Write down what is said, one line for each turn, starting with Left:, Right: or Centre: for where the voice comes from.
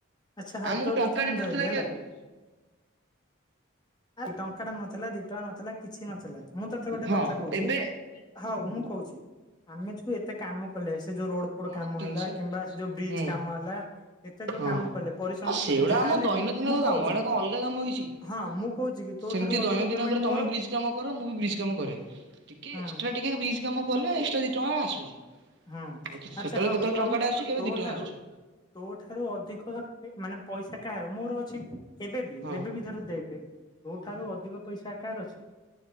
Left: ଆଚ୍ଛା ହଉ
Right: ଆମକୁ
Left: ତୋ
Right: ଟଙ୍କାଟେ
Left: କଥା ମୁଁ
Right: ମିଳୁଥିଲା
Left: ଧଇଲି ହେଲା।
Right: କି ଆଗରୁ
Left: ଟଙ୍କା ଟେ ନଥିଲା ଦି ଟଙ୍କା ନଥିଲା କିଛି ନଥିଲା। ମୁଁ ତୋତେ ଗୋଟେ
Right: ହଁ
Left: କଥା କହୁଛି
Right: ଏବେ
Left: ହଉ ମୁଁ କହୁଛି। ଆମେ ଯୋଉ ଏତେ କାମ କଲେ ସେ ଯୋଉ ରୋଡ ପୋଡ
Right: କଣ
Left: କାମ
Right: ତିନିଶହ
Left: ହେଲା କିମ୍ବା ସେ ଯୋଉ ବ୍ରିଜ
Right: ହୁଁ
Left: କାମ ହେଲା ଏତେ ଯୋଉ
Right: ହଁ
Left: କାମ କଲେ ପରିଶ୍ରମ
Right: ଆଉ ସେଗୁଡା
Left: ଯାହା
Right: ଆମ
Left: ହେଲେ
Right: ଦୈନନ୍ଦିନ
Left: ବି ମୁଁ କହୁଛି
Right: କାମ ଏଗୁଡା କଣ ଅଲଗା କାମ କିଛି କି?
Left: ହଁ ମୁଁ କହୁଛି କି।
Right: ସେମିତି
Left: ତୋ ଠାରୁ
Right: ଦୈନନ୍ଦିନ
Left: ଅଧିକ ପେମେଣ୍ଟ
Right: କରେ ତମେ
Left: ମୋର
Right: ବ୍ରିଜ୍ କାମ କର ମୁଁ ବି ବ୍ରିଜ୍ କାମ କରେ ଟିକେ
Left: ହୁଁ
Right: ଏକ୍ସଟ୍ରା ଟିକେ ବ୍ରିଜ କାମ କଲେ ଏକ୍ସଟ୍ରା ଦି ଟଙ୍କା ଆସୁଛି।
Left: ହୁଁ
Right: ଆଉ କିଛି ସେତେବେଳେ
Left: ଆଚ୍ଛା ହଉ
Right: କେତେବେଳେ
Left: କହିଲୁ
Right: ଟଙ୍କା ଟେ ଆସୁଛି କେବେ
Left: ତୋ
Right: ଦି ଟଙ୍କା
Left: ଠାରୁ
Right: ଆସୁଛି।
Left: ତୋ ଠାରୁ ଅଧିକ ମାନେ ପଇସା କାହାର ମୋର ଅଛି। ଏବେ ବି
Right: ହଁ
Left: ଏବେ ବି ଧର ଦେଖେ ତୋ
Right: ହଁ
Left: ଠାରୁ ଅଧିକ ପଇସା କାହାର ଅଛି?